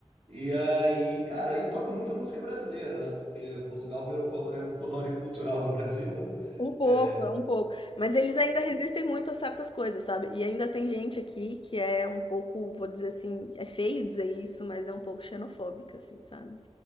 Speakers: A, on the right (about 75°); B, on the left (about 50°).
A: E aí, cara, aí toca muita música brasileira, né? Porque Portugal virou colônia, colônia cultural do Brasil, né?
B: Um pouco,
A: É,
B: é um pouco. Mas eles ainda resistem muito a certas coisas, sabe? E ainda tem gente aqui que é um pouco, vou dizer assim, é feio dizer isso, mas é um pouco xenofóbica, assim, sabe?